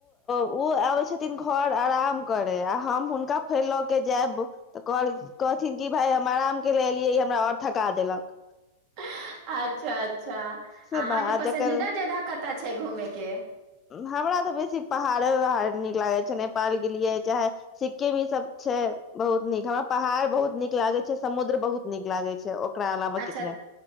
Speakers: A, on the left; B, on the right.
A: उ आबै छथिन घर आराम करे आ हम हुनका फेर लऽ के जायब तऽ कहथिन कि भाय हम आराम करैला एलियै हमरा आओर थका देलक
B: अच्छा अच- -च्छा
A: से
B: अहाँके
A: आ
B: पसन्दीदा
A: जकर
B: जगह क- कत्ते छै घूमे के
A: हमरा तऽ बेसी पहाड़े उहाड़ नीक लागै छै नेपाल गेलियै चाहे सिक्किम ईसभ छै बहुत नीक हमरा पहाड़ बहुत नीक लागै छै समुद्र बहुत नीक लागै छै ओकरा अलावा
B: अच्छा
A: किछु